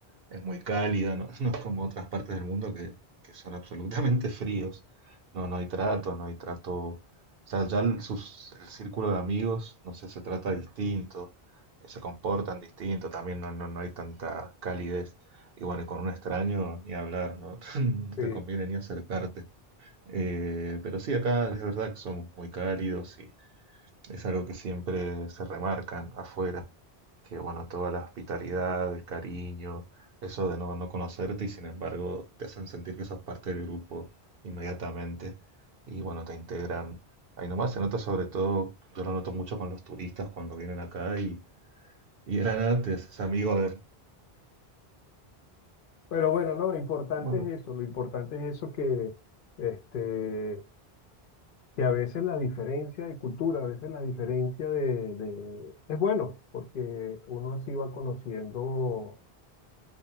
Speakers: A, on the right; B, on the left.
A: es muy cálida, no, <laughs> no es como otras partes del mundo que, que son absolutamente fríos. No, no hay trato, no hay trato. O sea, ya el, sus- el círculo de amigos, no sé, se trata distinto, eh, se comportan distinto, también no, no, no hay tanta calidez. Y bueno, y con un extraño ni hablar, ¿no? <laughs> No
B: Sí.
A: te conviene ni acercarte. Eh, pero sí, acá es verdad que somos muy cálidos es algo que siempre se remarcan afuera, que bueno, toda la hospitalidad, el cariño, eso de no, no conocerte y sin embargo te hacen sentir que sos parte del grupo inmediatamente y bueno, te integran. Ahí nomás se nota sobre todo, yo lo noto mucho con los turistas cuando vienen acá y, y eran antes, es amigo de...
B: Pero bueno, no, lo importante
A: Bueno,
B: es eso, lo importante es eso que este, que a veces la diferencia de cultura, a veces la diferencia de, de- es bueno, porque uno así va conociendo